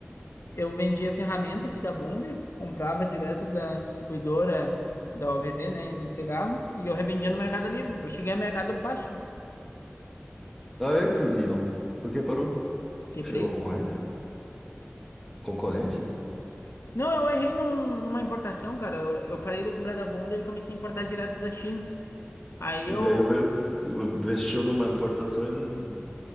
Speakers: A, on the left (about 75°); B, in the centre.
A: eu vendia ferramenta aqui da Wonder, comprava direto da distribuidora da OVD, né? E me entregava. E eu revendia no Mercado Livre. Eu cheguei ao Mercado Plástico.
B: Ah, é? Por, e não, por que parou?
A: Quebrei.
B: Chegou a concorrência? Concorrência?
A: Não, eu errei num- numa importação, cara. Eu, eu parei de comprar da Wonder e comecei a importar direto da China. Aí
B: E
A: eu
B: daí veio, investiu numa importação e